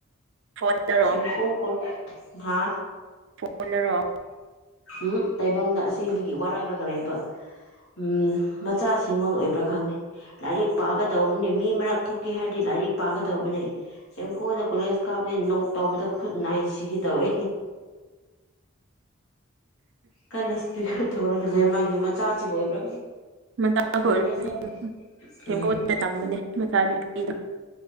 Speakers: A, on the right; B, on the left.
A: ꯐꯣꯟꯗꯔꯣ
B: ꯁꯤꯝꯄꯨ ꯄꯜ ꯥ
A: ꯐꯨꯅꯔꯣ
B: ꯎꯝ ꯇꯥꯏꯕꯪꯅ ꯑꯁꯦꯡꯕꯒꯤ ꯋꯥꯔꯥꯛꯂꯒ ꯂꯩꯕ ꯎ ꯃꯆꯥ ꯁꯤꯡꯒꯣ ꯑꯣꯏꯕ꯭ꯔꯥ ꯈꯪꯅꯤ ꯂꯥꯏꯔꯤꯛ ꯄꯥꯒꯗꯧꯕꯅꯤ ꯃꯤ ꯃꯔꯛ ꯊꯣꯛꯀꯦ ꯍꯥꯏꯔꯗꯤ ꯂꯥꯏꯔꯤꯛ ꯄꯥꯒꯗꯧꯕꯅꯦ ꯁꯨꯝ ꯀꯣꯟꯗ ꯀꯣꯂꯦꯖ ꯀꯥꯞꯕꯅꯦ ꯅꯣꯠ ꯇꯧꯕꯗ ꯈꯨꯠ ꯅꯥꯏ ꯁꯤꯒꯗꯧꯋꯦ ꯀꯅꯥꯁꯄꯤ <unintelligible> ꯊꯧꯔꯒꯂꯦ ꯃꯥꯒꯤ ꯃꯆꯥꯁꯤ ꯑꯣꯏꯕ꯭ꯔꯥ
A: ꯃꯆꯥ ꯈ ꯑꯣꯏꯅꯤ
B: ꯑꯣꯏꯕ꯭ꯔꯥ ꯈꯪ
A: ꯁꯦꯡꯀꯣꯗ
B: ꯎꯝ
A: ꯇꯝꯕꯅꯦ ꯃꯆꯥ ꯅꯨꯨꯄꯤꯗꯣ